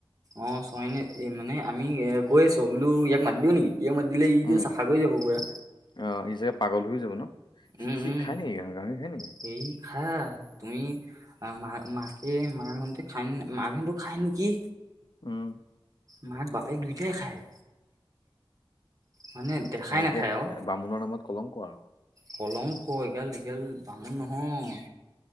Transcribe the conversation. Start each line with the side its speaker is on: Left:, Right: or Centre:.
Right: অ', চয়নে এই মানে আমি এ কৈ আছোঁ আৰু বোলোঁ ইয়াক মাতি দিওঁ নেকি? ইয় মাতিলে ইটো
Left: উম
Right: চাফা কৰি যাব পূৰা।
Left: অ', ই চাগে পাগল হৈ যাব ন? খিক-খিক
Right: উম উম
Left: খায় নেকি, গাহৰি-গাহৰি খায় নেকি?
Right: হেৰি খাই তুমি মা মাকে মা হঁতে খায় মা‌ হঁতে খায় নেকি?
Left: উম।
Right: মাক-বাপেক দুয়োটাই খায়। মানে দেখাই
Left: সেনেকে
Right: নাখায় আৰু
Left: বামুণৰ নামত কলংক আৰু।
Right: কলংক এগাল-এগাল বামুণ নহয়।